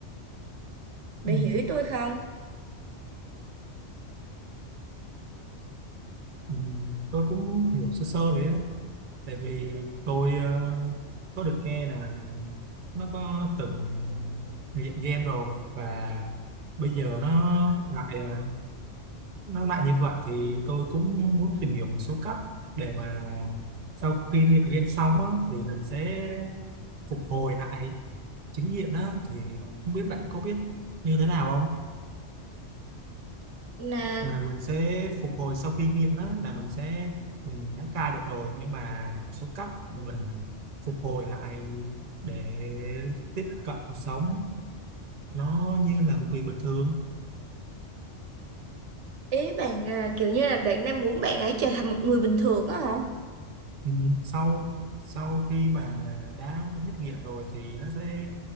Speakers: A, on the right (about 75°); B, on the right (about 50°).
A: bạn
B: Ừ.
A: hiểu ý tôi không
B: Ừ, tôi cũng hiểu sơ sơ đấy tại vì tôi ờ, có được nghe là nó có từng nghiện game rồi và bây giờ nó lại ờ, nó lại như vậy thì tôi cũng muốn tìm hiểu một số cách để mà sau khi nghiện game xong á, thì mình sẽ phục hồi lại chính nghiện á thì không biết bạn có biết như thế nào không
A: là
B: là mình sẽ phục hồi sau khi nghiện đó là mình sẽ mình đã cai được rồi nhưng mà một số cách mình phục hồi lại để tiếp cận cuộc sống nó như là một người bình thường
A: Ý bạn à, kiểu như là bạn đang muốn bạn ấy trở thành một người bình thường á hả?
B: ừ. sau sau khi mà đã hết nghiện rồi thì nó sẽ